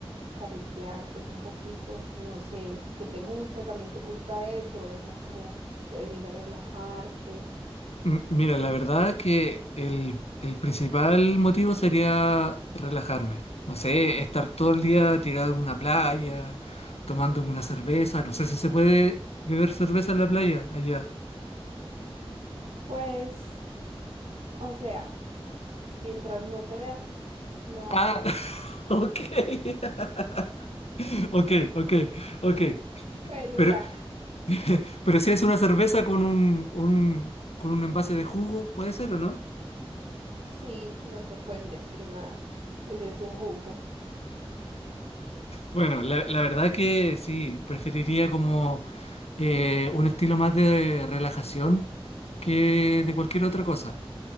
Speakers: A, on the right (about 85°); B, on the left (about 85°).
A: caretear pues un poquito, no sé, ¿qué te gusta? ¿También te gusta esto? ¿O eres más como de venir a relajarte?
B: M- mira, la verdad que el, el principal motivo sería relajarme. No sé, estar todo el día tirado en una playa, tomando una cerveza. No sé si se puede beber cerveza en la playa allá.
A: Pues, o sea, mientras no te vean, no,
B: Ah, <laughs> ok. <laughs> Ok, ok, ok.
A: pues, o
B: Pero,
A: sea...
B: <laughs> Pero si es una cerveza con un, un- con un envase de jugo, ¿puede ser o no?
A: Sí, no te pueden decir nada. Entonces es un jugo.
B: Bueno, la, la verdad que sí, preferiría como eh, un estilo más de relajación que de cualquier otra cosa.